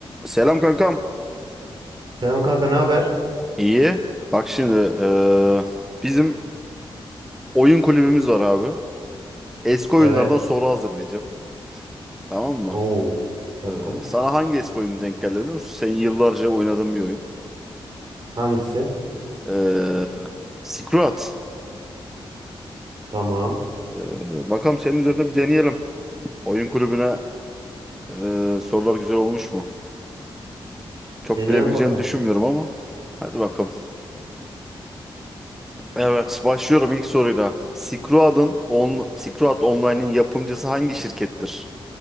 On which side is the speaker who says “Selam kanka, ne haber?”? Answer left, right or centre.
Right